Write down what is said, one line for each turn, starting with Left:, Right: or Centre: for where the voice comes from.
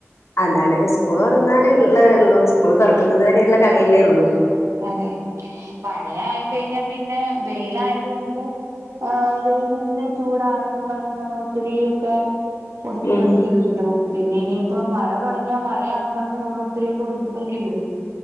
Left: അതാണ് സ്കൂള് തൊറന്നാല് ഒള്ള ഒള്ളൂ സ്കൂള് തൊറക്ക്ന്നത് വേരെയോള്ള കളിയല്ലേ ഒള്ളൂ.
Right: അതെ പഴയെ ആയി കയിഞ്ഞാ പിന്നെ വെയിലായത് കൊണ്ടും ആഹ് വെയിലിന്റെ ചൂടാണ് എന്നും പറഞ്ഞ് നമ്മള് ഒത്തിരി ഒക്കെ ഒതുക്കിപ്പറക്കി
Left: ഉം
Right: വിട്ടു. പിന്നെ ഇനി ഇപ്പോം മഴ തൊടങ്ങിയ മഴയാന്ന് പറഞ്ഞും നമ്മള് ഒത്തിരി ഒക്കെ ഒത്ക്കിപ്പറക്കി വിടും